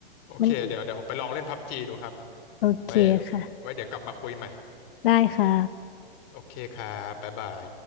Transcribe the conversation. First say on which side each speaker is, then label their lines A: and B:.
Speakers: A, on the left; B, on the left.
A: โอเคเดี๋ยวเดี๋ยวผมไปลองเล่นพับจีดูครับ
B: มันโอเคค่ะ
A: ไว้ไว้เดี๋ยวกลับมาคุยใหม่
B: ได้ค่ะ
A: โอเคครับบ๊ายบาย